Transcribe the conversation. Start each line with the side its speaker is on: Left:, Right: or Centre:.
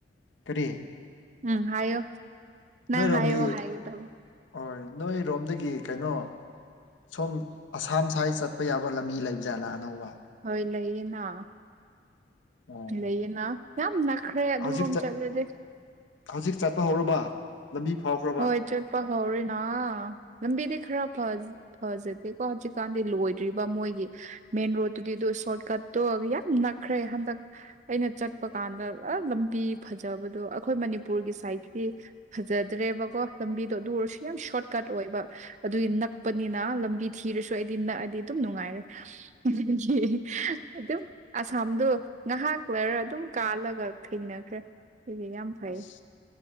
Left: ꯀꯔꯤ
Right: ꯎꯝ ꯍꯥꯏꯌꯣ ꯅꯪ
Left: ꯅꯣꯏꯔꯣꯝꯒꯤ
Right: ꯍꯥꯏꯌꯣ ꯍꯥꯏꯒꯗꯕ
Left: ꯍꫭꯏ ꯅꯣꯏꯔꯣꯝꯗꯒꯤ ꯀꯩꯅꯣ ꯁꯣꯝ ꯑꯁꯥꯝ ꯁ꯭ꯋꯥꯏ ꯆꯠꯄ ꯌꯥꯕ ꯂꯝꯕꯤ ꯂꯩꯕꯖꯥꯠꯂꯥ ꯑꯅꯧꯕ
Right: ꯍꯣꯏ ꯂꯩꯌꯦꯅꯥ
Left: ꯑꯣ
Right: ꯂꯩꯌꯦꯅ ꯌꯥꯝ ꯅꯛꯈ꯭ꯔꯦ ꯑꯗꯨꯔꯣꯝ
Left: ꯍꯧꯖꯤꯛ
Right: ꯆꯠꯂꯗꯤ
Left: ꯍꯧꯖꯤꯛ ꯆꯠꯄ ꯍꯧꯔꯕ ꯂꯝꯕꯤ ꯐꯥꯎꯈ꯭ꯔ
Right: ꯍꯣꯏ ꯆꯠꯄ ꯍꯧꯔꯦꯅꯥ ꯂꯝꯕꯤꯗꯤ ꯈꯔ ꯐ ꯐꯖꯗꯦꯀꯣ ꯍꯧꯖꯤꯛꯀꯥꯟꯗꯤ ꯂꯣꯏꯗ꯭ꯔꯤꯕ ꯃꯣꯏꯒꯤ ꯃꯦꯟ ꯔꯣꯗꯠꯇꯨꯗꯤꯗꯣ ꯁꯣꯔꯠ ꯀꯠꯇꯣ ꯌꯥꯝ ꯅꯛꯈ꯭ꯔꯦ ꯍꯟꯗꯛ ꯑꯩꯅ ꯆꯠꯄ ꯀꯥꯟꯗ ꯑꯥ ꯂꯝꯕꯤ ꯐꯖꯕꯗꯣ ꯑꯩꯈꯣꯏ ꯃꯅꯤꯄꯨꯔꯒꯤ ꯁꯏꯇꯤ ꯐꯖꯗ꯭ꯔꯦꯕꯀꯣ ꯂꯝꯕꯤꯗꯣ ꯑꯗꯨ ꯑꯣꯏꯔꯁꯨ ꯌꯥꯝ ꯁꯣꯔꯠꯀꯠ ꯑꯣꯏꯕ ꯑꯗꯨꯏ ꯅꯛꯄꯅꯤꯅ ꯂꯝꯕꯤ ꯊꯤꯔꯁꯨ ꯑꯩꯗꯤ ꯅꯛꯑꯗꯤ ꯑꯗꯨꯝ ꯅꯨꯡꯉꯥꯏꯔꯦ <unintelligible> ꯑꯗꯨꯝ ꯑꯁꯥꯝꯗꯣ ꯉꯥꯏꯍꯥꯛ ꯂꯩꯔ ꯑꯗꯨꯝ ꯀꯥꯜꯂꯒ ꯊꯦꯡꯅꯈ꯭ꯔꯦ ꯑꯩꯒ ꯌꯥꯝ ꯐꯩ
Left: ꯑꯁ